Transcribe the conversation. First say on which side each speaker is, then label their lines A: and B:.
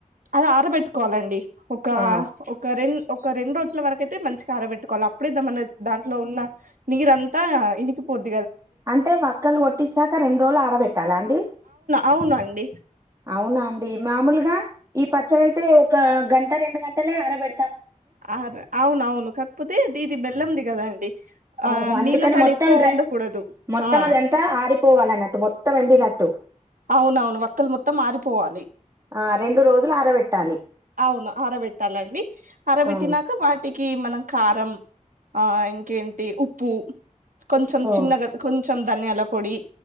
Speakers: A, on the right; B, on the right.
A: అలా ఆరబెట్టుకోవాలండి ఒక
B: ఆ
A: ఒక రెం ఒక రెండు రోజుల వరకయితే మంచిగా ఆరబెట్టుకోవాలి అప్పుడే మన దాంట్లో ఉన్న నీరంతా ఇనికినికిపోతు
B: అంటే వక్కలు కొట్టిచ్చాక రెండు రోజులు అరబెట్టాలా అండి
A: అవునండి
B: అవునా అండి మామూలుగా ఈ పచ్చడి అయితే ఒక గంట రెండు గంటలే ఆరబె
A: ఆ అవును అవును కాకపోతే ది ఇది బెలం ది కదా అండి ఆ
B: ఓహో అందుకని
A: నీళ్ళ తడి
B: మొత్తం
A: ఎక్కువ
B: డ్రై
A: ఉండకూడదు
B: మొత్తం
A: ఆ
B: అదంతా ఆరిపోవాలన్నట్టు మొత్తం ఎండి నట్టు
A: అవున అవును ఒక్కలు మొత్తం ఆరిపోవాలి
B: ఆ రెండు రోజులు ఆరబెట్టాలి
A: అవును అరబెట్టాలండి అరబెట్టినాక
B: ఆ
A: వాటికి మనం కారం ఆ ఇంకేంటి ఉప్పు కొంచెం
B: ఓ
A: చిన్నగా కొ కొంచెం ధనియాల పొడి